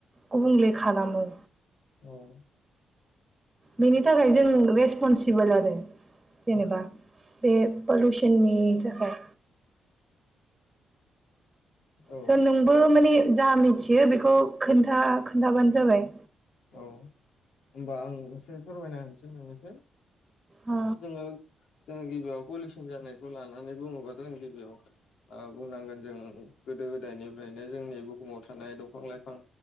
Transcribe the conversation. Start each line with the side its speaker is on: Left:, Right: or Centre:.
Right: गुबुंले खालामो।
Left: औ।
Right: बेनि थाखाय जों रेसपनसिबोल आरो जेनेबा।
Left: औ
Right: बे पलुसननि थाखाय।
Left: औ
Right: स' नोंबो माने जा मिथियो बेखौ खोनथा खोन्थाबानो जाबाय।
Left: औ होमबा आं एसे फोरमायना होनसै नोंनिसिम।
Right: अ
Left: जोङो जोङो गिबियाव पलिउसन जानायखौ लानानै बुङोबाथ' जों गिबियाव ओ बुंनांगोन जों गोदो गोदायनिफ्रायनो जोंनि बुहुमाव थानाय दंफां-लाइफां